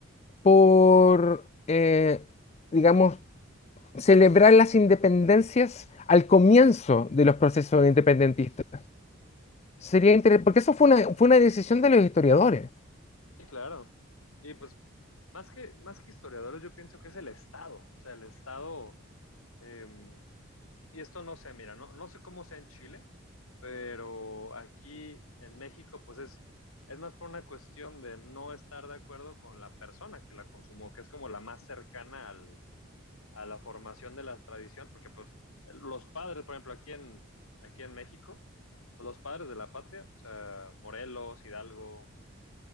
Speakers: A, on the left; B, on the left.
A: por, eh, digamos, celebrar las independencias al comienzo de los procesos independentistas.
B: Ujú.
A: Sería interesante, porque eso fue una, fue una decisión de los historiadores.
B: Sí, claro. Y pues, más que, más que historiadores, yo pienso que es el Estado, o sea, el Estado Eh, y esto no sé, mira, no, no sé cómo sea en Chile, pero aquí en México, pues es, es más por una cuestión de no estar de acuerdo con la persona que la consumó, que es como la más cercana al, a la formación de la tradición, porque pues los padres, por ejemplo, aquí en, aquí en México, pues, los padres de la patria, o sea, Morelos, Hidalgo,